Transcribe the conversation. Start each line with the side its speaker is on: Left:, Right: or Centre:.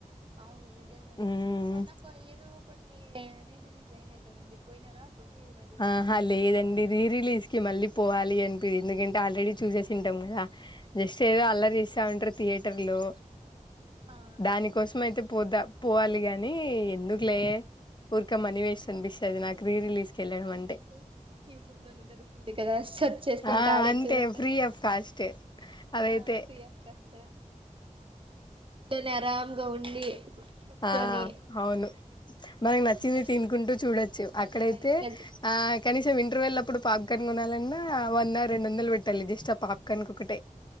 Right: అవును నిజంగానే
Left: మ్మ్
Right: మొన్న కో ఏవేవో కొన్ని రీ రిలీజ్ అయినాయి కదండి పోయినారా అప్పుడు మీరు మరి
Left: ఆహ లేదండి రీ రిలీజ్ కి మళ్ళీ పోవాలి అనిపిదు ఎందుకంటే ఆల్రెడీ చుసేసింటం కదా జస్ట్ ఏదో
Right: ఆ
Left: అల్లరి చేస్తా ఉంటరు థియోటర్ లో
Right: అవునవును
Left: దానికోసం అయితే పోతా పోవాలి గాని ఎందుకులే ఊరక మనీ వేస్ట్ అనిపిస్ అనిపిస్తది నాకు రీ రిలీజ్ కెళ్ళడం అంటే
Right: ఇంకా యూట్యూబ్ లోనే దొరుకుతుంది కదా సెర్చ్ చేస్తే
Left: ఆ
Right: ఇంకా ఆడే
Left: అంతే
Right: చూడొద్దంటారా
Left: ఫ్రీ ఆఫ్ కాస్ట్ అదైతే
Right: ఆ ఫ్రీ ఆఫ్ కాస్ట్ ఇంట్లో ఆరంగా ఉండి కూర్చొని
Left: ఆ అవును మనకు నచ్చింది
Right: రెస్ట్
Left: తినుకుంటూ చూడొచ్చు అక్కడైతే
Right: అదే మరి నిజ-
Left: ఆ కనీసం ఇంటర్ వెల్లప్పుడు పాప్ పాప్కార్న్ కొనాలన్నా వంద రెండు వందలు పెట్టాలి జస్ట్ ఆ పాప్కార్న్ ఒకట్టే